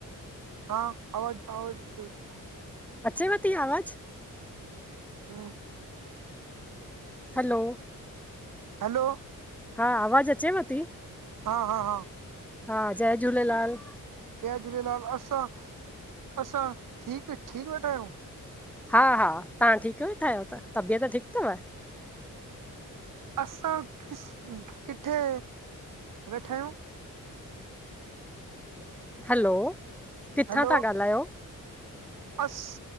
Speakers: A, on the right; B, in the centre.
A: हा, आवाज़ आवाज़ अचे ती।
B: अचेव ती आवाज़?
A: हूं-
B: हैलो!
A: हलो!
B: हा, आवाज़ अचेव ती?
A: हा हा हा
B: हा, जय झूलेलाल!
A: जय झूलेलाल, असां असां ठीक ठीक, वेठायूं।
B: हा हा, तहां ठीक वेठायो, त तबियत ठीक तव?
A: असां किस, किथे वेठायूं?
B: हलो! किथां
A: हैलो,
B: था ॻाल्हायो
A: अस,